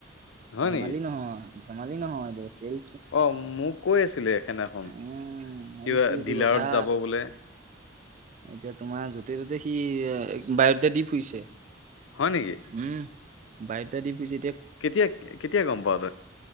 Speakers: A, on the left (about 80°); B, on the right (about 40°).
A: হয়
B: ধেমালি
A: নেকি
B: নহয় ধেমালি নহয় এ চেল
A: অ', মোক কৈ আছিলে সেনাখন
B: উম
A: কিবা
B: এইটো এইটো
A: ডিলাৰত
B: কথা
A: যাব বোলে।
B: এতিয়া তোমাৰ য'তে ত'তে সি বায়দেতা ফুৰিছে।
A: হয় নেকি
B: উম বায়'ডাটা দি ফুৰিছে এতিয়া
A: কেতিয়া কেতিয়া গ'ম পাৱ তই।